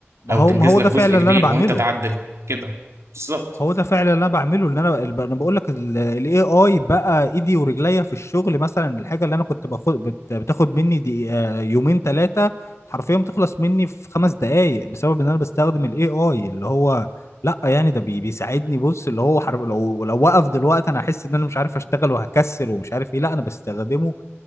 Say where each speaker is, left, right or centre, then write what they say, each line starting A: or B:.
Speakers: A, on the left (about 80°); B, on the right (about 80°).
A: ما
B: او
A: هو
B: تنجز
A: ما هو
B: لك
A: ده
B: جزء
A: فعلا
B: كبير
A: اللي انا بعمله
B: وانت تعدل كده بالظبط
A: هو ده فعلا اللي انا بعمله اللي انا الب- انا بقول لك الاي اي بقى ايدي ورجليا في الشغل مثلا الحاجه اللي انا كنت باخد بت- بتاخد مني دي آه، يومين ثلاثه حرفيا بتخلص مني في خمس دقائق بسبب ان انا بستخدم الاي اي اللي هو لا يعني ده بي- بيساعدني بص اللي هو حرف لو لو وقف دلوقتي انا احس ان انا مش عارف اشتغل وهكسل ومش عارف ايه لا انا بستخدمه